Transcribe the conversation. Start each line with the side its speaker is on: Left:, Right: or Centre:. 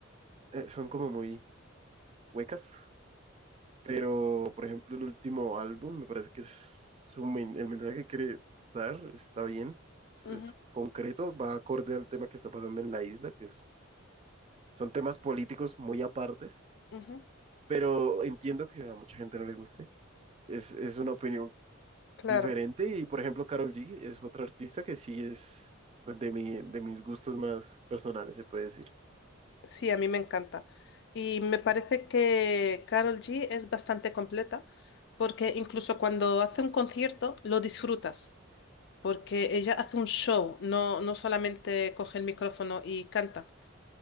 Right: eh, son como muy huecas, pero por ejemplo el último álbum me parece que es su men- el mensaje que quiere dar está bien, es,
Left: Ujú,
Right: es concreto, va acorde al tema que está pasando en la isla, que es- son temas políticos muy apartes,
Left: ujú,
Right: pero entiendo que a mucha gente no le guste. Es, es una opinión
Left: Claro.
Right: diferente y por ejemplo Karol G es otra artista que sí es pues, de mi, de mis gustos más personales, se puede decir.
Left: Sí, a mí me encanta. Y me parece que Carol G es bastante completa porque incluso cuando hace un concierto lo disfrutas, porque ella hace un show, no, no solamente coge el micrófono y canta.